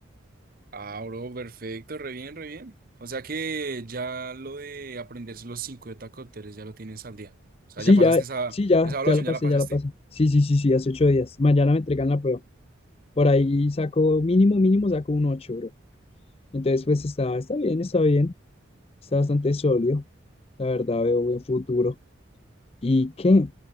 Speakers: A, on the right; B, on the left.
A: Ah, bro, perfecto, re bien, re bien. O sea que ya lo de aprenderse los cinco de tacópteros ya lo tienes al día. O sea,
B: Sí,
A: ya pasaste
B: ya,
A: esa,
B: sí, ya,
A: esa evaluación,
B: ya la pasé,
A: ya la pasaste.
B: ya la pasé. Sí, sí, sí, sí, hace ocho días. Mañana me entregan la prueba. Por ahí saco, mínimo, mínimo saco un ocho, bro. Entonces, pues está, está bien, está bien. Está bastante sólido. La verdad, veo buen futuro. ¿Y qué?